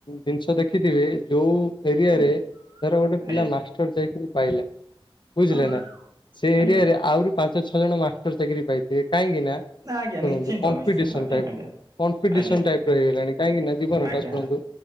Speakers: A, on the left; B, on the right.
A: ଜିନିଷ ଦେଖିଥିବେ ଯୋଉଁ ଏରିଆରେ
B: ଆଜ୍ଞା
A: ଧର ଗୋଟେ ପିଲା
B: ଆଜ୍ଞା
A: ମାଷ୍ଟର ଚାକିରୀ ପାଇଲା ବୁଝିଲେ
B: ଆଜ୍ଞା
A: ନାଁ ସେ
B: ଆଜ୍ଞା
A: ଏରିଆରେ ଆହୁରି ପାଞ୍ଚ ଛଅ ଜଣ ମାଷ୍ଟର ଚାକିରି ପାଇଥିବେ କାହିଁକି ନାଁ?
B: ନା ଆଜ୍ଞା
A: ଶୁଣନ୍ତୁ
B: ନିଶ୍ଚିନ୍ତ
A: କମ୍ପିଟିସନ
B: ନିଶ୍ଚିନ୍ତ ଆଜ୍ଞା
A: ଟାଇପ
B: ଆଜ୍ଞା
A: କନଫିଟିସନ
B: ଆଜ୍ଞା
A: ଟାଇପର ହେଇଗଲାଣି କାହିଁକି ନାଁ ଜୀବନଟା
B: ଆଜ୍ଞା
A: ଶୁଣନ୍ତୁ।